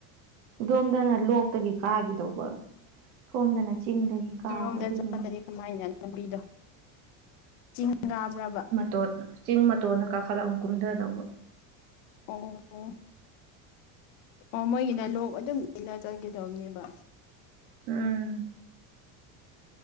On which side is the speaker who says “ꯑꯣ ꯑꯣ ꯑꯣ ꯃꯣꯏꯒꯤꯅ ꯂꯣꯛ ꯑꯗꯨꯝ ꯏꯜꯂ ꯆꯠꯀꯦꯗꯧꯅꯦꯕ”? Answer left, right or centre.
Left